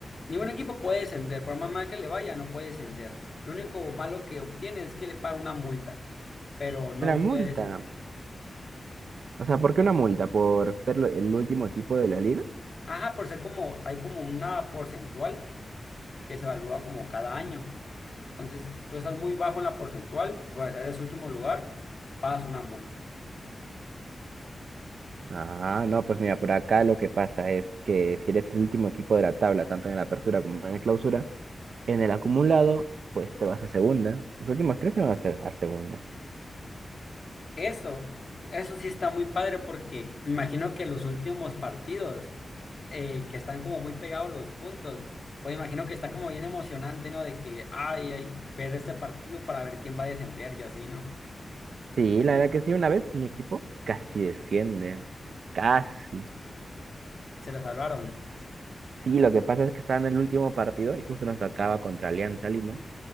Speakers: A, on the left; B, on the right.
A: ningún equipo puede descender, por más mal que le vaya, no puede descender. Lo único malo que obtiene es que le paga una multa, pero no
B: Una multa.
A: puede descender.
B: O sea, ¿por qué una multa? ¿Por ser lo- el último equipo de la liga?
A: Ajá, por ser como, hay como una porcentual que se evalúa como cada año. Entonces, si tú estás muy bajo en la porcentual, o sea, eres último lugar, pagas una multa.
B: Ah, no, pues mira, por acá lo que pasa es que si eres el último equipo de la tabla, tanto en la apertura como en la clausura, en el acumulado, pues te vas a segunda. Los últimos tres se van a, se- a segunda.
A: Eso, eso sí está muy padre porque me imagino que los últimos partidos. eh, que están como muy pegados los puntos. Pues imagino que está como bien emocionante, ¿no? De que, ay, ay, ver este partido para ver quién va a descender y así, ¿no?
B: Sí, la verdad que sí, una vez mi equipo casi desciende, casi.
A: Se la salvaron
B: Sí, lo que pasa es que estaba en el último partido y justo nos tocaba contra Alianza Lima.